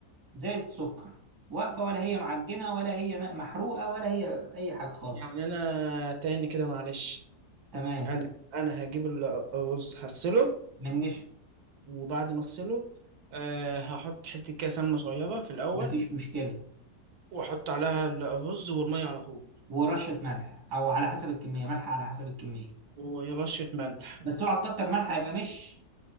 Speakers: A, on the right (about 15°); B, on the right (about 75°).
A: زي السكر واقفة ولا هي معجنة ولا هي محروقة ولا هي أي حاجة خالص
B: يعني انا تاني كده معلش
A: تمام
B: انا انا هجيب ال- الرز هغسله
A: من نشا
B: وبعد ما اغسله أه هحط حته كده سمنه صغيره في الاول
A: مفيش مشكلة
B: واحط عليها ال- الرز والميه على طول
A: ورشة ملح أو على حسب الكمية ملح على حسب الكمية
B: ورشه ملح
A: بس اوعى تكتر ملح هيبقى مش